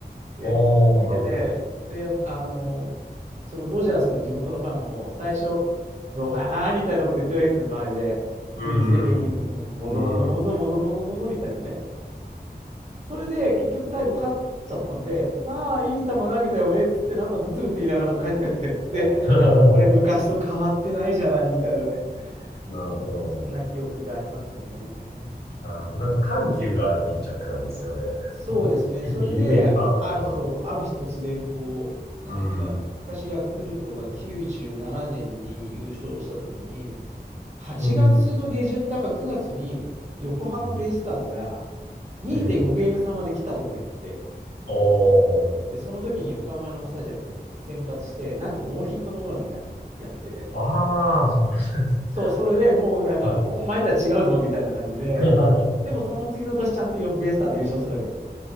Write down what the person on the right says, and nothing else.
で、
見てて、で、やっぱあのーそのドジャースの地元のファンも最初、どうかなーみたいなこと言ってるわけですよ、周りで。
雰囲気的に、ももぞもぞもぞもぞもぞもぞみたいなね。
それで結局最後勝っちゃったんで、まあいい球投げたよねっつってなんかブツブツ言いながらまた帰ってくる。<laughs> で、
いや、これ昔と変わってないじゃないみたいなね。
うん、そんな記憶がありますね。
そうですね。
それで、ある、そう、ある日突然こう、なんだっけな、
昔ヤクルトが97年に優勝した時に、8月の下旬だか9月に横浜ベイスターズが
2.5ゲーム差まで来た時があって、
で、その時に横浜のスタジアムで先発して、なんとノーヒットノーランやり、やって、
そう、それでもうなんか、
お前とは違うぞみたいな感じで、
でもその次の年ちゃんとよベイスターズ優勝するわけですよ。